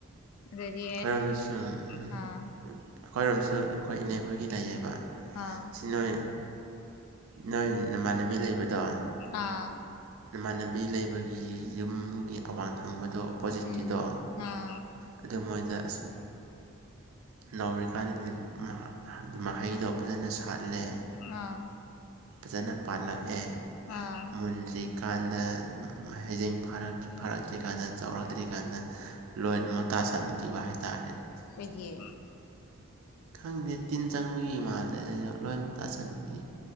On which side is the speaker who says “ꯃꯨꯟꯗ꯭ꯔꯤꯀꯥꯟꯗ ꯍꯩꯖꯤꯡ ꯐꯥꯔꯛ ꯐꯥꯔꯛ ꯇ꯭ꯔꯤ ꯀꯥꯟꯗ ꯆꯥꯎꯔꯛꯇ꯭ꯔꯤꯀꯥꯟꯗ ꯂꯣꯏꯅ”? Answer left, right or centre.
Right